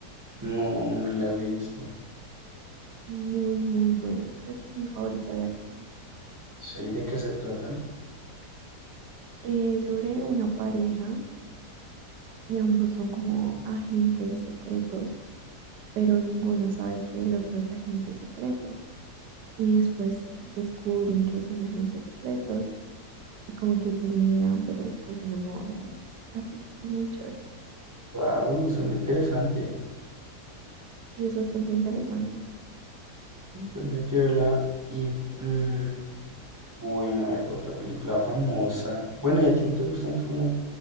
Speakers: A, on the right; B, on the right.
A: No, no me la he visto.
B: Muy, muy buena. Creo que es mi favorita de acción.
A: Sí, ¿de qué se trata?
B: Eh, sobre una pareja y ambos son como agentes secretos pero ninguno sabe que el otro es agente secreto. Y después descubren que son agentes secretos y como que pelean, pero después se enamoran. Así, es muy chévere
A: Wow, suena interesante.
B: y es bastante interesante.
A: Mm, Tendré que verla. Y mm, bueno, a ver, otra película famosa. Bueno, ¿y a ti no te gustan como